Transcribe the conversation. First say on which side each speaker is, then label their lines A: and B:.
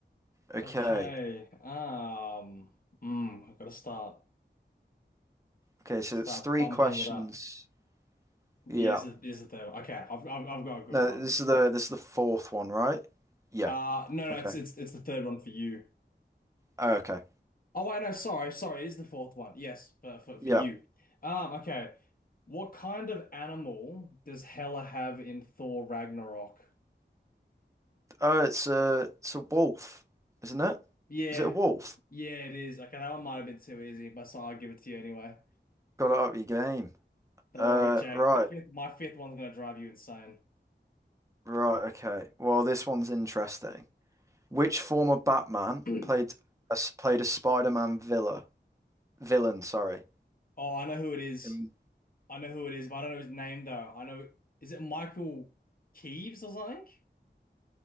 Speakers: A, on the right (about 15°); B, on the left (about 50°).
A: Okay.
B: Okay. Um, mm, I've got to start
A: Okay. So
B: start
A: it's three
B: bumping
A: questions.
B: it up.
A: Yeah.
B: Yeah, this is, this is the third one. Okay, I've, I've I've got a good
A: No,
B: one.
A: this is the this is the fourth one, right? Yeah.
B: Uh no, no,
A: Okay.
B: it's it's it's the third one for you.
A: Oh, okay.
B: Oh, I know. sorry, sorry. It is the fourth one. Yes, for for,
A: Yeah.
B: for you. Um, okay. What kind of animal does Hela have in Thor Ragnarok?
A: Oh, it's a it's a wolf, isn't it?
B: Yeah,
A: Is it a wolf?
B: yeah, it is. Okay, that one might have been too easy, but so I'll give it to you anyway.
A: Got to up your game.
B: Don't
A: Uh,
B: worry, Jake.
A: right.
B: The fifth, my fifth one's gonna drive you insane.
A: Right. Okay. Well, this one's interesting. Which former Batman
B: <clears throat>
A: played a, s- played a Spider-Man villa? Villain, sorry.
B: Oh, I know who it is.
A: Um,
B: I know who it is, but I don't know his name though. I know. Is it Michael Keeves or something?